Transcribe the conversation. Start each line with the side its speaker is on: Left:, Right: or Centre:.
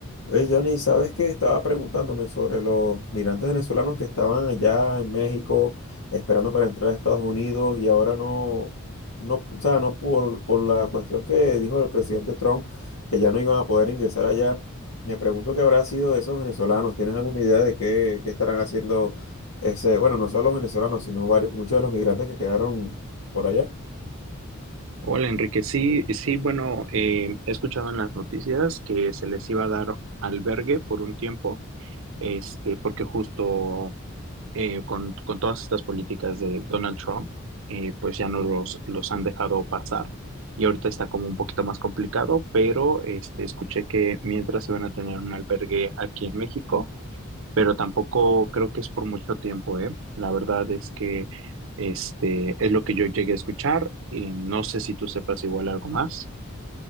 Left: Oye, Johnny, ¿sabes qué? Estaba preguntándome sobre los migrantes venezolanos que estaban allá en México esperando para entrar a Estados Unidos y ahora no, no, o sea, no por, por la cuestión que dijo el presidente Trump, que ya no iban a poder ingresar allá. Me pregunto qué habrá sido de esos venezolanos. ¿Tienes alguna idea de qué, qué estarán haciendo ese, bueno, no solo los venezolanos, sino varios, muchos de los migrantes que quedaron por allá?
Right: Hola Enrique, sí, sí, bueno, eh, he escuchado en las noticias que se les iba a dar albergue por un tiempo, este, porque justo eh, con, con todas estas políticas de Donald Trump, eh, pues ya no los, los han dejado pasar y ahorita está como un poquito más complicado, pero este, escuché que mientras se van a tener un albergue aquí en México pero tampoco creo que es por mucho tiempo, ¿eh? La verdad es que este es lo que yo llegué a escuchar y no sé si tú sepas igual algo más.